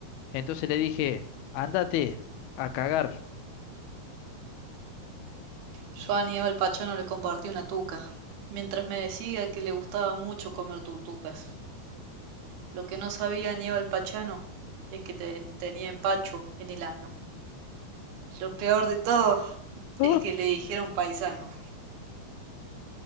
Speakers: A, on the left (about 80°); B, on the right (about 75°).
A: Entonces le dije, ándate a cagar.
B: Yo a Aníbal Pachano le compartí una tuca, mientras me decía que le gustaba mucho comer tutucas. Lo que no sabía Aníbal Pachano es que te- tenía empacho en el ano. Lo peor de todo es
A: "Ah,
B: que le dijeron paisano.